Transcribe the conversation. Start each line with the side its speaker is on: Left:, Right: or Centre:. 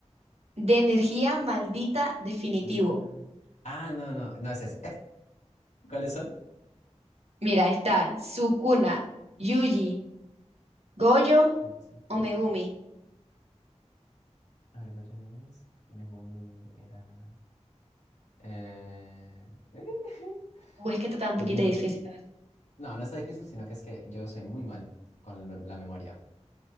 Right: de energía maldita definitivo.
Left: Ah, ah, no, no, no es ese. <laughs> ¿Cuáles son?
Right: Mira, está Sukuna, Yuji, Goyo
Left: Shuichi.
Right: o Megumi.
Left: A ver, ¿cuáles son? Megumi era... Eh... <laughs>
Right: Uy, es que está tan un
Left: Dios
Right: poquito
Left: mío.
Right: difícil.
Left: No, no está difícil, sino que es que yo soy muy malo con lo- la memoria.